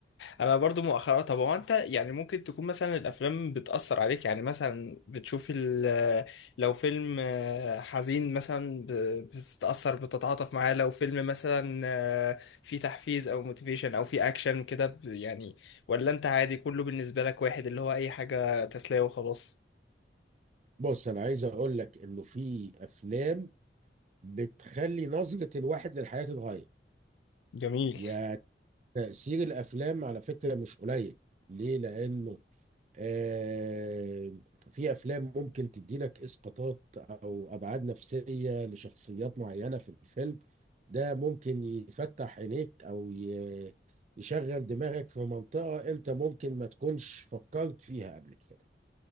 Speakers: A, on the left; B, on the right.
A: انا برضو مؤخرا طب هو انت يعني ممكن تكون مثلا الافلام بتأثر عليك يعني مثلا بتشوف ال- لو فيلم آه، حزين مثلا ب- بتتأثر بتتعاطف معاه لو فيلم مثلا آه، فيه تحفيز او موتيفيشن او فيه اكشن كده ب- يعني ولا انت عادي كله بالنسبة لك واحد اللي هو اي حاجة تسلية وخلاص
B: بص انا عايز اقول لك انه في افلام بتخلي نظرة الواحد للحياة تتغير
A: جميل
B: يعني تأثير الافلام على فكرة مش قليل ليه لانه آه، في افلام ممكن تدي لك اسقاطات او ابعاد نفسيه لشخصيات معينه في الفيلم ده ممكن يفتح عينيك او ي- يشغل دماغك في منطقه انت ممكن ما تكونش فكرت فيها قبل كده